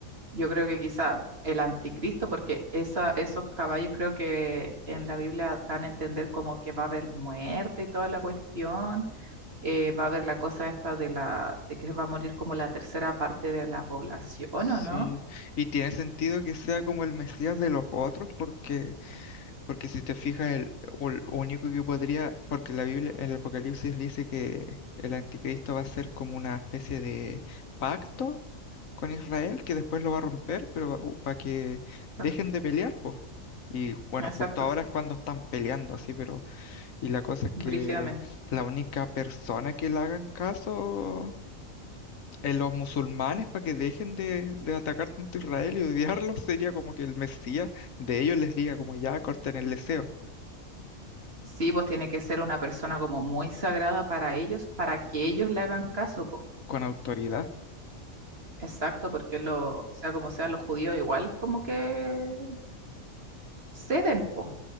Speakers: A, on the right; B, on the left.
A: yo creo que quizá el anticristo, porque esa, esos caballos creo que en la Biblia dan a entender como que va a haber muerte y toda la cuestión, eh, va a haber la cosa esta de la, de que va a morir como la tercera parte de la población,
B: Sí.
A: ¿o no?
B: Y tiene sentido que sea como el Mesías de los otros, porque Porque si te fijas, el, o el único que podría, porque la Biblia, el Apocalipsis dice que el anticristo va a ser como una especie de pacto con Israel, que después lo va a romper, pero para que
A: Exacto,
B: dejen de pelear, pues. Y bueno,
A: exacto,
B: justo ahora
A: sí,
B: es cuando están peleando así, pero y la cosa es
A: brígidamente.
B: que la única persona que le hagan caso en los musulmanes para que dejen de, de atacar tanto a Israel y odiarlos <laughs> sería como que el Mesías de ellos les diga como ya corten el deseo.
A: Sí, pues tiene que ser una persona como muy sagrada para ellos, para que ellos le hagan caso, pues.
B: Con autoridad.
A: Exacto, porque lo, sea como sea, los judíos igual como que ceden, pues.